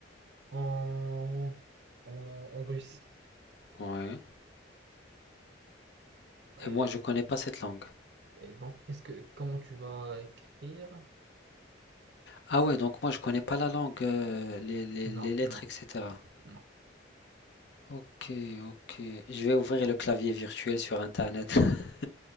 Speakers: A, on the right; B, on the left.
A: en, en, en russe.
B: ouais.
A: Et,
B: Et moi, je connais pas cette langue.
A: et donc, qu'est-ce que, comment tu vas écrire?
B: Ah ouais, donc moi, je connais pas la langue, euh, les, les- les
A: Non,
B: lettres,
A: non,
B: etc.
A: non.
B: Ok, ok. Je vais ouvrir le clavier virtuel sur Internet. <laughs>